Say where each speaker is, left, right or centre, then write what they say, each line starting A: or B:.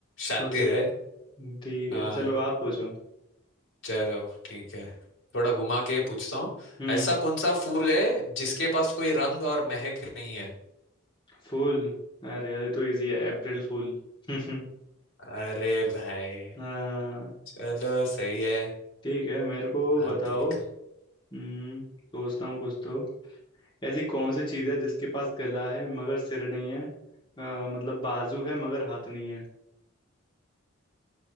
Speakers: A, on the left; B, on the left.
A: शातिर
B: होशियार
A: है
B: ठीक
A: हाँ
B: है चलो आप पूछो
A: चलो ठीक है थोड़ा घुमा के पूछता हूँ
B: हम्म
A: ऐसा कौन सा फूल है जिसके पास कोई रंग और महक नहीं है
B: फूल अरे यार ये तो इजी है अप्रैल फूल <laughs>
A: अरे भाई
B: हाँ
A: चलो सही है
B: ठीक है मेरे को बताओ
A: आप भी क-
B: हम्म सोचता हूँ कुछ तो ऐसी कौन सी चीज है जिसके पास गला है मगर सिर नहीं है अ, मतलब बाजू है मगर हाथ नहीं